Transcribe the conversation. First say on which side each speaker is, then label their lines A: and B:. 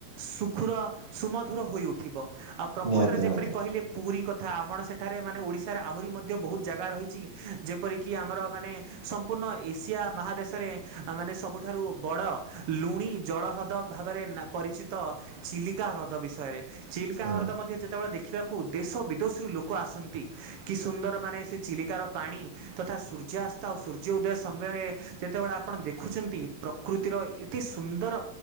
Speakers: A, on the right; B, on the right.
A: ସୁ ଖୁର ସୁମଧୁର ହୋଇଉଠିବ ଆଉ ପ୍ରକୃତରେ
B: ନିହାତି ନିହାତି
A: ଯେପରି କହିଲି ପୁରୀ କଥା ଆପଣ ସେଠାରେ ମାନେ ଓଡ଼ିଶାରେ ଆହୁରି ମଧ୍ୟ ବହୁତ ଜାଗା ରହିଚି ଯେପରିକି ଆମର ମାନେ ସମ୍ପୂର୍ଣ୍ଣ ଏସିଆ ମହାଦେଶରେ ମାନେ ସବୁଠାରୁ ବଡ଼ ଲୁଣି ଜଳ ହ୍ରଦ। ଭାବରେ ନା ପରିଚିତ ଚିଲିକା ହ୍ରଦ ବିଷୟରେ ଚିଲିକା
B: ହୁଁ
A: ହ୍ରଦ ମଧ୍ୟ ଯେତେବେଳେ ଦେଖିବା କୁ ଦେଶ ବିଦେଶରୁ ଲୋକ ଆସନ୍ତି କି ସୁନ୍ଦର ମାନେ ସେ ଚିଲିକାର ପାଣି। ତଥା ସୂର୍ଯ୍ୟାସ୍ତ ଆଉ ସୂର୍ଯ୍ୟ ଉଦୟ ସମୟରେ ଯେତେବେଳେ ଆପ ଆପଣ ଦେଖୁଚନ୍ତି ପ୍ରକୃତିର ଏତେ ସୁନ୍ଦର